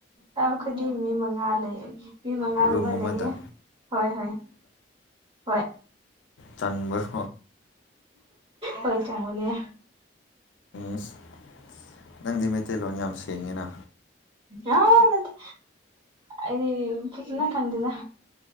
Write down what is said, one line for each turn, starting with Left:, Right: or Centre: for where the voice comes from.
Right: ꯑꯥ ꯑꯈꫭꯏꯗꯤ ꯃꯤ ꯃꯉꯥ ꯂꯩ ꯃꯤ ꯃꯉꯥꯒꯨꯝꯕ
Left: ꯔꯨꯝ ꯑꯃꯗ
Right: ꯂꯩꯌꯦ ꯍꯣꯏ ꯍꯣꯏ ꯍꯣꯏ
Left: ꯆꯟꯕ꯭ꯔꫭ
Right: ꯍꯣꯏ ꯆꯪꯕꯅꯦ
Left: ꯏꯁ ꯅꯪꯗꯤ ꯃꯩꯇꯩꯂꯣꯟ ꯌꯥꯝ ꯁꯦꯡꯉꯤꯅ
Right: ꯑ ꯥꯅꯠꯇꯦ ꯑꯩꯗꯤ ꯐꯖꯅ ꯈꯪꯗ‌ꯦꯗ